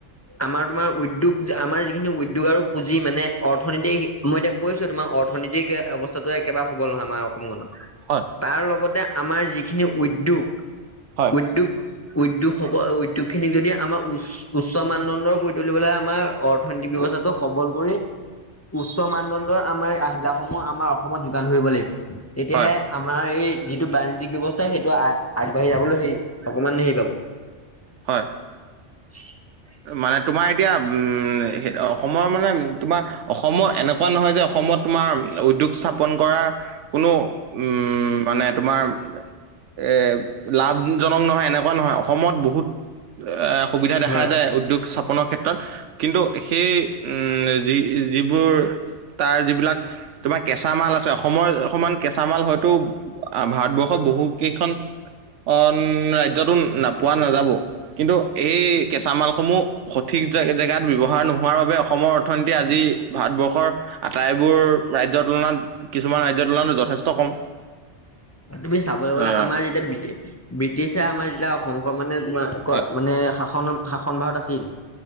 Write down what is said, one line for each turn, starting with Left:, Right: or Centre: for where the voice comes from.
Left: আমাৰ তোমাৰ উদ্যোগ আমাৰ যিখিনি উদ্যোগ আৰু পুঁজি মানে অৰ্থনীতি মই এতিয়া কৈছোঁ তোমাৰ অৰ্থনীতিক অৱস্থাতো একেবাৰে সবল নহয় আমাৰ অসমখনত।
Right: হয়।
Left: তাৰ লগতে আমাৰ যিখিনি উদ্যয়োগ,
Right: হয়
Left: উদ্যোগ উদ্যোগ সকল, উদ্যোগ খিনিক যদি আমাৰ উচ উচ্চ মানদণ্ডৰ কৰি তুলিবলৈ আমাৰ অৰ্থনৈতিক ব্যৱস্থাটো সবল কৰি উচ্চ মানদণ্ডৰ আমাৰ আহিলাসমূহ আমাৰ অসমত যোগান ধৰিব লাগিব তেতিয়াহে
Right: হয়
Left: আমাৰ এই যিটো বৰ্নিজিক ব্যৱস্থা, সেইটো আগবাঢ়ি যাবলৈ হেৰি অকমানে হেৰি পাব।
Right: হয়।
Left: <unintelligible>
Right: মানে তোমাৰ এতিয়া, উম, অসমৰ মানে তোমাৰ অসমৰ এনেকুৱা নহয় যে, অসমত তোমাৰ উদ্যোগ স্থাপন কৰাৰ কোনো উম, মানে তোমাৰ এ লাভজনক নহয়, এনেকুৱা নহয়, অসমত বহুত এ সুবিধা দেখা
Left: হয়
Right: যায়। উদ্যোগ স্থাপনৰ ক্ষেত্ৰত কিন্তু সেই উম, যি যিবোৰ তাৰ যিবিলাক তোমাৰ কেঁচা মাল আছে, অসমৰ সমান কেঁচা মাল হয়তো ভাৰতবৰ্ষৰ বহুত কেইখন অ ৰাজ্যতো ন পোৱা নাযাব, কিন্তু এই কেঁচা মালসমূহ সঠিক জেগাত ব্যৱহাৰ নোহোৱাৰ বাবে অসমৰ অৰ্থনীতি আজি ভাৰতবৰ্ষৰ আটাইবোৰ ৰাজ্যৰ তুলনাত কিছুমান ৰাজ্যৰ তুলনাতো যথেষ্ট কম।
Left: তুমি চাবলৈ গ'লে
Right: অ'।
Left: আমাৰ যেতিয়া ব্ৰিটিছে, আমাৰ যেতিয়া অসমখন মানে তোমালোকৰ
Right: হয়
Left: মানে শাসন শাসন ভাৰত আছিল,